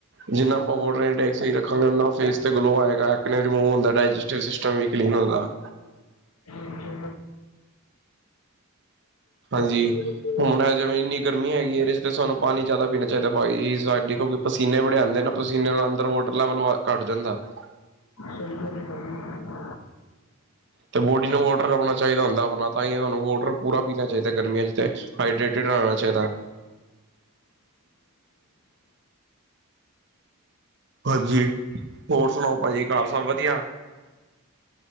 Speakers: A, on the right (about 50°); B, on the left (about 80°).
A: ਜਿੰਨਾ ਆਪਾਂ ਵੋਟਰ ਇਂਟੈਕਸ ਸਹੀ ਰੱਖਾਂਗੇ ਓਨਾ ਫੇਸ ਤੇ ਗਲੋ ਆਇ ਐਕਨੇ ਰਿਮੂਵ ਹੁੰਦਾ ਡਾਇਜੈਸਟਿਵ ਸਿਸਟਮ ਵੀ ਕਲੀਨ ਹੁੰਦਾ।
B: ਬੰਡੇ
A: ਹਾਂਜੀ
B: ਵਡੇ <unintelligible>
A: ਹੁਣ ੲੈ ਤੇ ਵੇ ਏਨੀ-ਗ ਗਰਮੀ ਹੈਗੀ ਇਹਦੇ ਚ ਤੇ ਸਾਨੂੰ ਪਾਣੀ ਜ਼ਿਆਦਾ ਪੀਣਾ ਚਾਈਦਾ ਭਾਜੀ ਸਾਡੇ ਪਸੀਨੇ ਬੜੇ ਆਂਦੇ ਨਾ। ਪਸੀਨੇ ਨਾਲ ਅੰਦਰ ਵੋਟਰ ਲੈਵਲ ਵ ਘੱਟ ਜਾਂਦਾ ੲੈ।
B: ਸਈ ਗਲ ਏ ਭਾਜੀ।
A: ਤੇ ਬੋਡੀ ਨੂੰ ਵੋਟਰ ਅਪਣਾ ਚਾਹੀਦਾ ਹੁੰਦਾ ਆਪਣਾ ਤਾਂ ਹੀ ਤੁਹਾਨੂੰ ਵੋਟਰ ਪੂਰਾ ਪੀਣਾ ਚਾਹੀਦਾ ਗਰਮੀਆਂ ਚ ਤੇ, ਹਾਈਡਰੇਟਿਡ ਰੈਣਾ ਚਾਈਦਾ ੲੈ। ਹਾਂਜੀ ਹੋਰ ਸੁਣਾਓ ਭਾਜੀ ਘਾਰ ਸਭ ਵਧੀਆ।